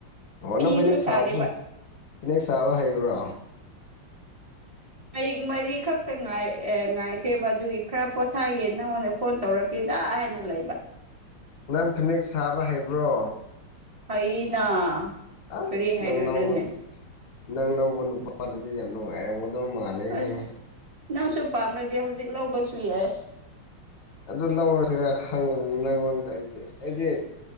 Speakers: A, on the left (about 80°); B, on the right (about 45°).
A: ꯑꯣ ꯅꯪ
B: ꯐꯤꯁꯨ
A: ꯐꯅꯦꯛ ꯁꯥꯕꯁꯨ
B: ꯁꯥꯔꯤꯕ
A: ꯐꯅꯦꯛ ꯁꯥꯥꯕ ꯍꯩꯕ꯭ꯔꯣ
B: ꯃꯌꯦꯛ ꯃꯔꯤꯈꯛꯇ ꯉꯥꯏꯈ꯭ꯔꯦꯕ ꯑꯗꯨꯒꯤ ꯈꯔ ꯄꯣꯊꯥꯒꯦ ꯅꯪꯉꯣꯟꯗ ꯐꯣꯟ ꯇꯧꯔꯛꯀꯦ ꯍꯤꯗꯥ ꯍꯥꯏꯅ ꯂꯩꯕ
A: ꯅꯪ ꯐꯅꯦꯛ ꯁꯥꯕ ꯍꯩꯕ꯭ꯔꯣ
B: ꯍꯅꯥ
A: ꯑꯁ
B: ꯀꯔꯤ ꯍꯥꯏꯔꯣꯏꯔꯅꯦ
A: ꯅꯪ ꯂꯧꯕ ꯅꯪ ꯂꯧꯕ ꯅꯨꯄꯥꯗꯨꯗꯤ ꯌꯥꯝ ꯅꯨꯡꯉꯥꯏꯔꯝꯒꯗꯧ ꯃꯥꯜꯂꯦꯍꯦ
B: ꯑꯁ ꯅꯪꯁꯨ ꯄꯥꯝꯅꯗꯤ ꯍꯧꯖꯤꯛ ꯂꯧꯕꯁꯨ ꯌꯥꯏ
A: ꯑꯗꯨ ꯂꯧꯔꯁꯤꯔꯕꯅꯤ ꯅꯪꯉꯣꯟꯗ ꯑꯩꯗꯤ ꯑꯩꯗꯤ